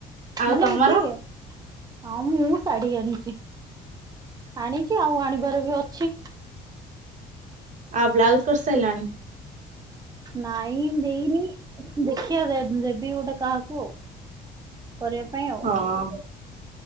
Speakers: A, on the right; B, on the right.
A: ଆଉ
B: ମାନେ
A: ତମର
B: ଏଠି ହଁ ମୁଁ ଶାଢୀ ଆଣିଛି। ଆଣିଛି ଆଉ ଆଣିବାର ବି ଅଛି।
A: ଆଉ ବ୍ଲାଉଜ୍ କରିସାରିଲଣି?
B: ନାଇଁ ଦେଇନି ଦେଖିବା ଦେବି ଗୋଟେ କାହାକୁ। କୁ କରିବା ପାଇଁ ଆଉ।
A: ହଁ,